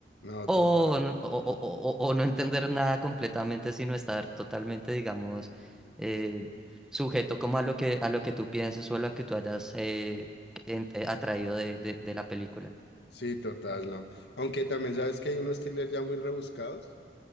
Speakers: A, on the left (about 70°); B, in the centre.
A: No,
B: o,
A: total.
B: n- o, o- o- o- no entender nada completamente, sino estar totalmente, digamos, eh, sujeto como a lo que, a lo que tú pienses o a lo que tú hayas eh, en- eh, atraído de, de, de la película.
A: Sí, total, no. Aunque también sabes que hay unos thrillers ya muy rebuscados.